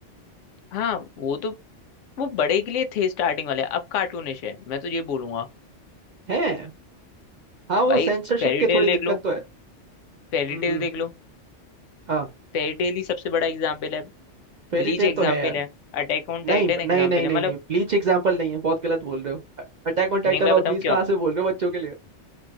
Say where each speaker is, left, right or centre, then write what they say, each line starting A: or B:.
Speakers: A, on the left; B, on the right.
A: हाँ वो तो वो बड़े के लिए थे स्टार्टिंग वाले अब कार्टूनिश है मैं तो ये बोलूंगा
B: हैं हाँ वो
A: भाई
B: सेंसरशिप
A: फेरी
B: की
A: टेल
B: थोड़ी
A: देख
B: दिक्कत
A: लो
B: तो है
A: फेरी
B: हम्म
A: टेल
B: हम्म
A: देख लो
B: हाँ
A: फेरी टेल ही सबसे बड़ा एग्जाम्पल है
B: फेरी
A: ब्लीच
B: टेल
A: एग्जाम्पल
B: तो है यार
A: है अटैक ऑन
B: नहीं
A: टाइटन एग्जाम्पल
B: नहीं नहीं
A: है
B: नहीं
A: मतलब
B: नहीं ब्लीच एग्जाम्पल नहीं है बहुत गलत बोल रहे हो अटैक ऑन टाइटन
A: नहीं मैं
B: और
A: बताऊँ
B: ब्लीच
A: क्यों
B: कहाँ से बोल रहे हो बच्चों के लिए